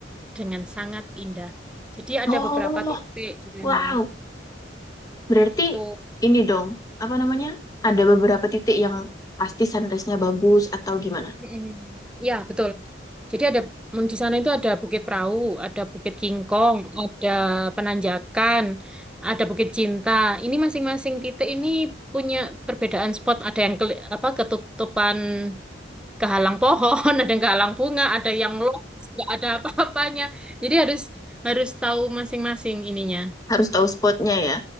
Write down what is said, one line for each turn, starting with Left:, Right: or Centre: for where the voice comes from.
Centre: dengan sangat indah. Jadi ada
Left: Oh,
Centre: beberapa titik di sana
Left: wow. Berarti
Centre: gitu.
Left: ini dong, apa namanya? Ada beberapa titik yang pasti sunrise-nya bagus atau gimana?
Centre: Mm-mm. Ya, betul. Jadi ada mm, di sana itu ada Bukit Perahu, ada Bukit Kingkong, ada Penanjakan, ada Bukit Cinta. Ini masing-masing titik ini punya perbedaan spot. Ada yang keli- apa ketutupan kehalang pohon, <laughs> ada yang kehalang bunga, ada yang lost, nggak ada apa-apanya. Jadi harus harus tahu masing-masing ininya.
Left: Harus tahu spotnya ya.